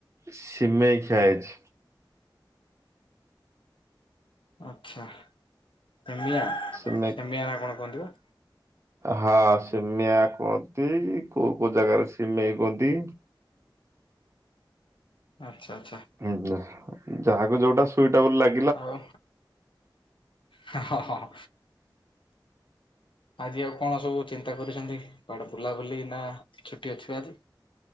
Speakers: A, on the right; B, on the left.
A: ସିମେଇ ଖିଆ ହେଇଛି।
B: ଆଚ୍ଛା। ସେମିଆ
A: ସିମେଇ
B: ସେମିଆ ନା କଣ କୁହନ୍ତି ବା?
A: ହଁ ସିମେଆ କୁଅନ୍ତି। କୋଉ କୋଉ ଜାଗାରେ ସିମେଇ କୁଅନ୍ତି।
B: ଆଚ୍ଛା ଆଚ୍ଛା।
A: ଆଜ୍ଞା। ଯାହାକୁ ଯୋଉଟା ସୁଇଟେବୁଲ ଲାଗ
B: ଆଉ ହଁ ହଁ ହଁ। ଆଜି ଆଉ କଣ ସବୁ ଚିନ୍ତା କରିଛନ୍ତି? କୁଆଡେ ବୁଲାବୁଲି ନା ଛୁଟି ଅଛି ପା ଆଜି?